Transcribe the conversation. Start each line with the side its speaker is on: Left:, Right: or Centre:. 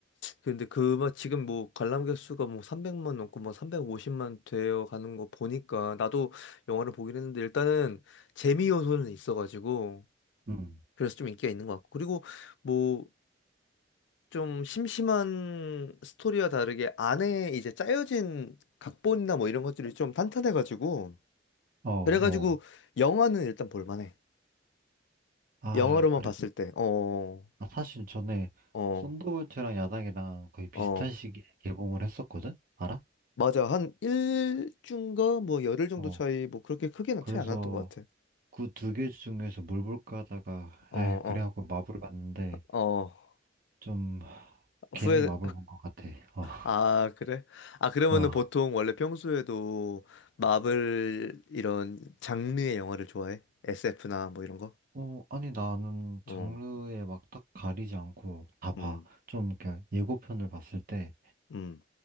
Left: 근데 그, 막 지금 뭐 관람객 수가 뭐 300만 넘고 뭐 350만 되어 가는 거 보니까 나도 영화를 보긴 했는데 일단은 재미 요소는 있어가지고
Right: 음,
Left: 그래서 좀 인기가 있는 것 같고 그리고 뭐 좀 심심한 스토리와 다르게 안에 이제 짜여진 각본이나 뭐 이런 것들이 좀 탄탄해가지고
Right: 어, 어.
Left: 그래가지고 영화는 일단 볼만해.
Right: 아,
Left: 영화로만
Right: 그래?
Left: 봤을 때, 어,
Right: 아, 사실 전에
Left: 어,
Right: 썬더볼트랑 야당이랑 거의 비슷한
Left: 어.
Right: 시기에 개봉을 했었거든? 알아?
Left: 맞아. 한 일주인가 뭐 열흘 정도
Right: 어,
Left: 차이 뭐 그렇게 크게는
Right: 그래서
Left: 차이 안 났던 것 같아.
Right: 그 두 개 중에서 뭘 볼까 하다가,
Left: 어,
Right: 에이, 그래
Left: 어.
Right: 하고 마블 봤는데,
Left: 어.
Right: 좀,
Left: 후회
Right: 괜히 마블 본 것 같아. 어,
Left: 아, 그래? 아, 그러면은
Right: 어.
Left: 보통 원래 평소에도 마블 이런 장르의 영화를 좋아해? SF나 뭐 이런 거?
Right: 어, 아니, 나는
Left: 어.
Right: 장르에 막 딱 가리지 않고 다 봐.
Left: 음.
Right: 좀, 이렇게 예고편을 봤을 때,
Left: 음.